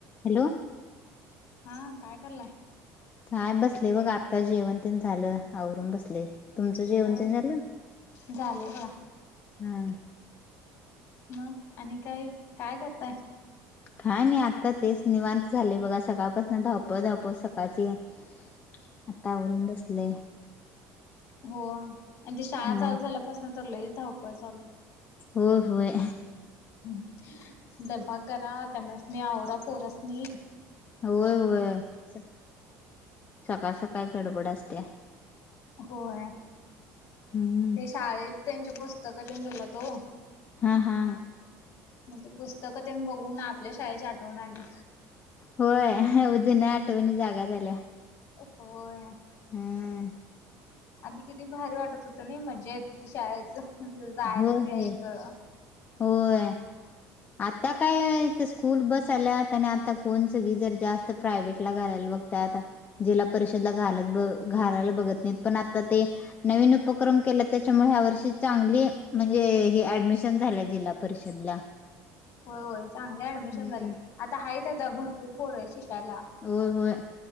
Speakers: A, on the left (about 25°); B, on the left (about 45°).
A: हॅलो.
B: हा काय करलाय.
A: काय बसले बघ आत्ता जेवण तेन झाल आवरून बसले. तुमच जेवण
B: हो
A: तेन् झाल
B: झाले बघा.
A: हा.
B: मग आणि काय काय करताय.
A: काय नाही आता तेच निवांत झाले बघा सकाळपासून धावपळ धावपळ सकाळची आतावररून बसले
B: हो आणि ते शाळा
A: हा
B: चालू झाल्यापासन तर लई धावप चालय.
A: होय होय.
B: ह डबा करा त्यांनाच म आवरा पोरसनी
A: होय होय सकाळ सकाळ गडबड असतेया
B: होय
A: हम्म
B: ते शाळेत त्यांचे पुस्तक तेन दिलेत ओ
A: हा हा
B: मग ते पुस्तक तेन बघून आपल्या शाळेची आठवण आली
A: होय अ जुन्या आठवणी जाग्या झाल्या
B: होय
A: हम्म्
B: आधी किती भारी वाटत होत नाई मजा येत होती शाळेत जायच
A: होय
B: यायच <unintelligible>
A: होय होय आता काय ते स्कूल बस आल्या आणि आता कोण सगळी जर जास्त प्रायव्हेट ला घालायला बघत आता जिल्हा परिषदला घालत ब घालायला बघत नाहीत पण आता ते नवीन उपक्रम केला त्याच्यामुळे ह्या वर्षी चांगली म्हणजे ही ऍडमिशन झाल्या जिल्हा परिषदला
B: होय होय चांगले ऍडमिशन
A: हम्म.
B: झाल्या आता आहे तेथे भरपूर पोर आहे शिकायला
A: होय होय